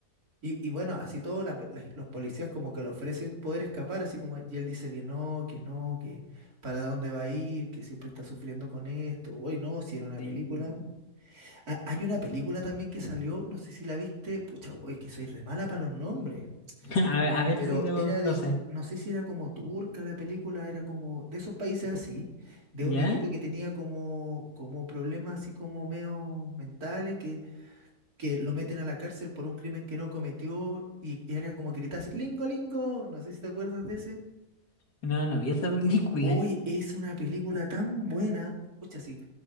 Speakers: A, on the right (about 65°); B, on the left (about 80°).
A: y, y bueno, así todos los policías como que le ofrecen poder escapar, así como y él dice que no, que no, que para dónde va a ir, que siempre está sufriendo con esto. Hoy no, si era una
B: Sí.
A: película. Ha- Hay una película también que salió, no sé si la viste, pucha, uy, que soy re mala para los nombres,
B: <laughs> A, ver a ver
A: pero
B: si lo,
A: era
B: lo
A: de,
B: sé.
A: no sé si era como turca la película, era como de esos países así, de
B: ¿Ya?
A: un niñito que tenía como, como problemas así como medio mentales, que, que lo meten a la cárcel por un crimen que no cometió y era como que gritaba así, Lingo, Lingo, no sé si te acuerdas de ese.
B: No, no vi esa película.
A: Hoy es una película tan buena, pucha, sí,